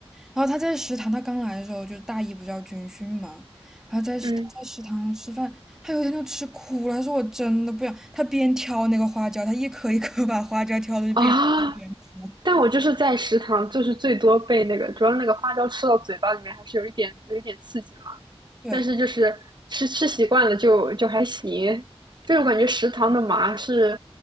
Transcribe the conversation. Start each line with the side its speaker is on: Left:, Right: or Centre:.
Centre: 然后他在食堂，他刚来的时候就是大一不是要军训嘛，然后在食他在食堂吃饭，
Right: 嗯
Centre: 他有一天就吃哭了，他说我真的不想，他边挑那个花椒，他一颗一颗把花椒挑的就边挑边哭
Right: 啊？但我就是在食堂，就是最多被那个，主要那个花椒吃到嘴巴里面还是有一点有一点刺激嘛。
Centre: 对，
Right: 但是就是吃吃习惯了就就还行。就是我感觉食堂的麻是，